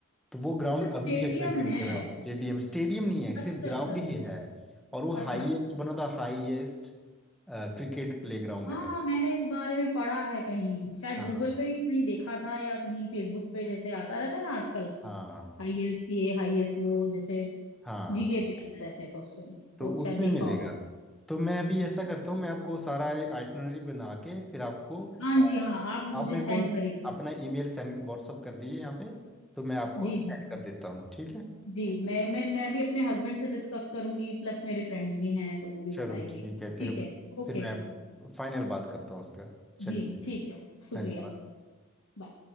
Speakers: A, in the centre; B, on the left.
A: तो वो ग्राउंड
B: अच्छा स्टेडियम
A: अभी भी है क्रिकेट
B: है
A: ग्राउंड स्टेडियम स्टेडियम नहीं है
B: अच्छा
A: सिर्फ ग्राउंड
B: अच्छा अच्छा
A: ही है और वो
B: अच्छा
A: हाईएस्ट बना था हाईएस्ट क्रिकेट प्लेग्राउंड
B: हाँ
A: है
B: मैंने इस बारे में पढ़ा है कहीं शायद
A: हाँ
B: गूगल पे ही कहीं देखा था या कहीं फेसबुक पे जैसे आता रहता है ना आजकल
A: हाँ
B: हाईएस्ट ये हाईएस्ट वो जैसे
A: हाँ
B: जीके पे आते रहते हैं क्वेश्चंस
A: तो
B: तो शायद
A: उसमें
B: देखा
A: मिलेगा
B: होगा
A: तो मैं अभी ऐसा करता हूँ मैं आपको सारा आइटनरी बना के फिर आपको
B: हाँ
A: अ,
B: जी हाँ आप मुझे
A: आप मेरे
B: सेंड
A: को
B: करिए
A: अपना ईमेल सेंड व्हाट्सअप कर दिए यहाँ पे तो मैं आपको
B: जी
A: सेंड
B: जी
A: कर देता हूँ ठीक है
B: जी मैं मैं मैं भी अपने हस्बैंड से डिस्कस करूंगी प्लस मेरे फ्रेंड्स भी हैं तो वो भी
A: चलो
B: बताएंगे
A: ठीक
B: ठीक
A: है फिर
B: है ओके
A: फिर मैं
B: जी
A: फाइनल बात करता हूँ उसके बाद चलिए
B: जी ठीक है शुक्रिया
A: धन्यवाद
B: Bye.